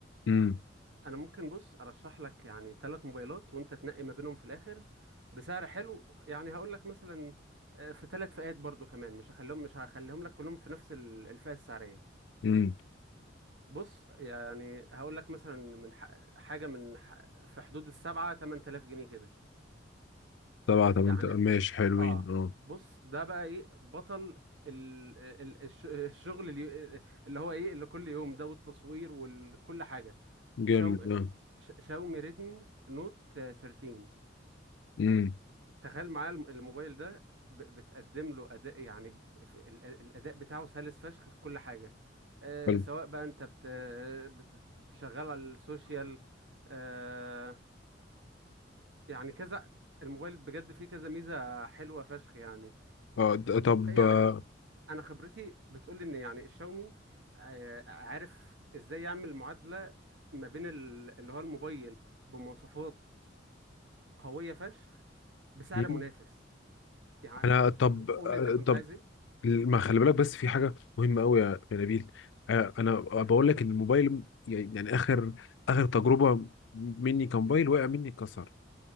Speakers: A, on the left; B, on the right.
A: امم
B: انا ممكن بص ارشح لك يعني ثلاث موبايلات وانت تنقي ما بينهم في الاخر بسعر حلو يعني هقول لك مثلا آه، في ثلاث فئات برضو كمان مش هخليهم مش هخليهم لك كلهم في نفس ال- الفئه السعريه
A: امم
B: بص يعني هقول لك مثلا من ح- حاجه من ح- في حدود السبعة 8000 جنيه كده
A: سبعه طب
B: يعني
A: انت ماشي حلوين
B: اه
A: اه
B: بص ده بقى ايه بطل ال... ال... الش- الشغل اللي... اللي هو ايه اللي كل يوم ده والتصوير وكل حاجه
A: جامد
B: شاو...
A: اه
B: ش... شاومي ريدمي نوت 13
A: امم
B: تخيل معايا الم- الموبايل ده ب... بتقدم له اداء يعني ب- في ال... الاداء بتاعه سلس فشخ في كل حاجه آه
A: حلو
B: سواء بقى انت بت... بت... شغال على السوشيال آه يعني كذا الموبايل بجد فيه كذا ميزه حلوه فشخ يعني
A: اه د- طب
B: يعني
A: آه،
B: انا خبرتي بتقول لي ان يعني الشاومي آه، عارف ازاي يعمل معادله ما بين ال- اللي هو الموبايل بمواصفات قويه فشخ بسعر
A: مم.
B: منافس يعني
A: انا طب
B: طب
A: آه،
B: قول انت كنت
A: طب
B: عايز ايه
A: ما خلي بالك بس في حاجه مهمه قوي يا يا نبيل آه، انا بقول لك ان الموبايل يعني يعني اخر اخر تجربه مني كموبايل وقع مني اتكسر